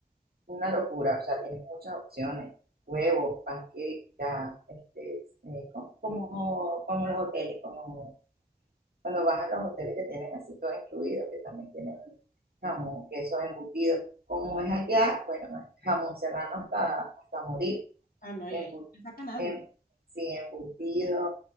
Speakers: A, on the right; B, on the left.
A: una locura, o sea, tienes muchas opciones. Huevos, panquecas, este, eh, como, como, como los hoteles, como Cuando vas a los hoteles que tienen así todo incluido, que también tienen jamón, queso embutido. Como es allá, bueno, jamón serrano hasta, hasta morir,
B: Ah, no, ya
A: embu-
B: no me saca nadie.
A: em- sí, embutido,